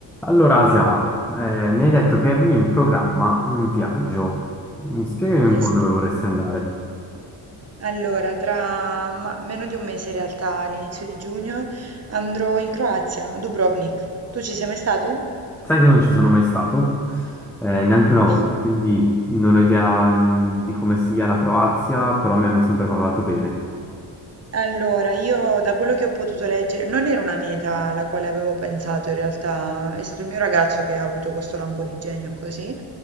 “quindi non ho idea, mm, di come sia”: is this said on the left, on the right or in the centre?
Centre